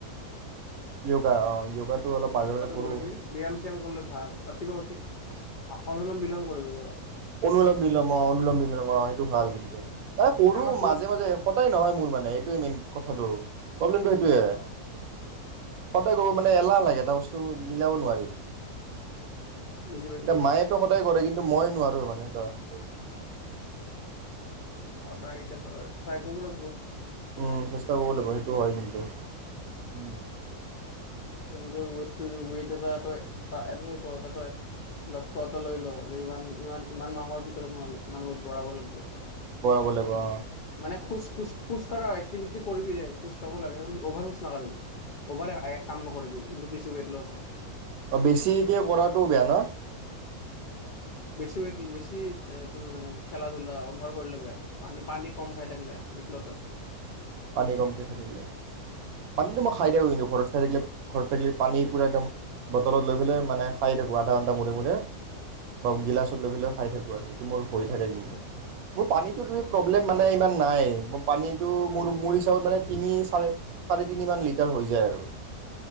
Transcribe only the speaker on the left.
কৰিবি ব্যায়াম শ্যায়াম কৰিলে ভাল ৰাতিপুৱা উঠি। অনুলম বিলম কৰিব পৰা।
আমাৰ স্কুলত
অ
বুজি পাইছো
ৰ
সদায় এতিয়াটো ট্ৰাই কৰিব লাগিব
নিজৰ ৱেটটো ৱেট এটা তই হেৰী কৰ তই লক্ষ্য এটা লৈ ল যে ইমান ইমান ইমান মাহৰ ভিতৰত মই ইমান ৱেইট বঢ়াব লাগব।
মানে খোজ খোজ খোজ কাঢ়া এক্টিভিটি কৰিবিৰে। খোজ কাঢ়িব লাগে এনি অভাৰ খোজ নাকাঢ়িবি। অভাৰ এক কাম নকৰিবি কিন্তু বেছি উইক লছ হয়।
বেছি ৱেট বেছি এ তোৰ যেনেকে খেলা-ধূলা অভাৰ কৰিলে বেয়া। পানী পানী কম খাই থাকিলে উইক লছ হয়।
উম
অ
অ